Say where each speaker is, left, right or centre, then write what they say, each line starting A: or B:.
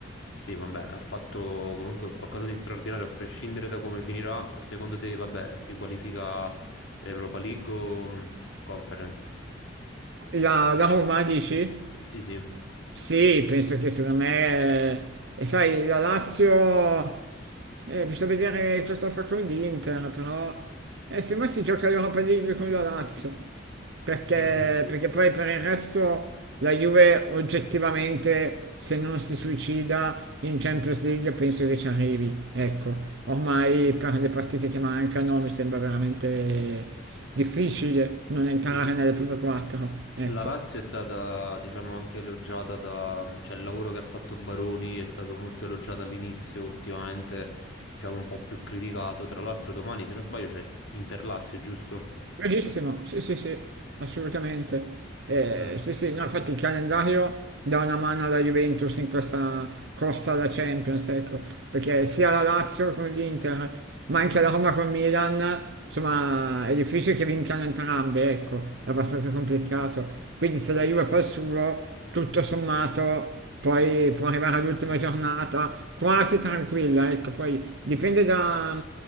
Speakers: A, on the left; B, on the right.
A: Sì, vabbè, ha fatto comunque qualcosa di straordinario, a prescindere da come finirà. Secondo te, vabbè, si qualifica Europa League o mh, Conference?
B: La, la Roma, dici?
A: Sì, sì.
B: Sì, penso che secondo me, eh, e sai, la Lazio, eh, bisogna vedere cosa fa con l'Inter, però eh, secondo me si gioca l'Europa League con la Lazio, perché,
A: Mhm.
B: perché poi per il resto la Juve oggettivamente, se non si suicida in Champions League, penso che ci arrivi. Ecco, ormai per le partite che mancano mi sembra veramente difficile non entrare
A: Dice-
B: nelle prime quattro, ecco.
A: La Lazio è stata, diciamo, anche elogiata da... cioè il lavoro che ha fatto Baroni è stato molto elogiato all'inizio, ultimamente, diciamo, un po' più criticato. Tra l'altro domani, se non sbaglio, c'è Inter-Lazio, giusto?
B: Verissimo, sì, sì, sì, assolutamente. Eh,
A: Mm.
B: sì, sì, no, infatti il calendario dà una mano alla Juventus in questa corsa alla Champions, ecco, perché sia la Lazio con l'Inter, ma anche la Roma con Milan, insomma, è difficile che vincano entrambe, ecco, è abbastanza complicato. Quindi se la Juve fa il suo, tutto sommato, poi può arrivare all'ultima giornata quasi tranquilla, ecco, poi dipende da